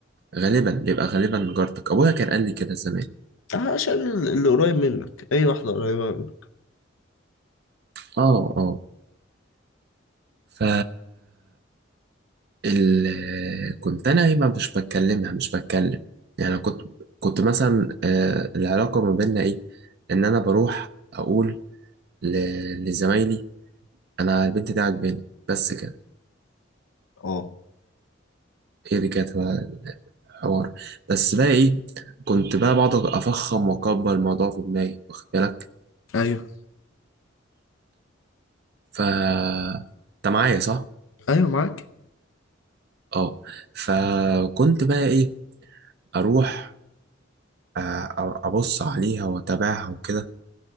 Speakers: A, on the right; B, on the left.
A: غالبا بيبقى غالبا جارتك أبويا كان قال لي كده زمان
B: عشان ال- اللي قريب منك اي واحدة قريبة منك
A: اه اه ف ال... كنت أنا إيه ما مش بتكلمها مش بتكلم يعني كنت كنت مثلا آه العلاقة ما بيننا إيه إن أنا بروح أقول ل... لزمايلي أنا البنت دي عجباني بس كده
B: اه
A: هي دي كانت حوار بس بقى ايه كنت بقى بقعد افخم واكبر الموضوع في دماغي واخد بالك
B: ايوه
A: ف انت معايا صح
B: ايوه معاك
A: اه فكنت بقى ايه اروح آه، ابص عليها واتابعها وكده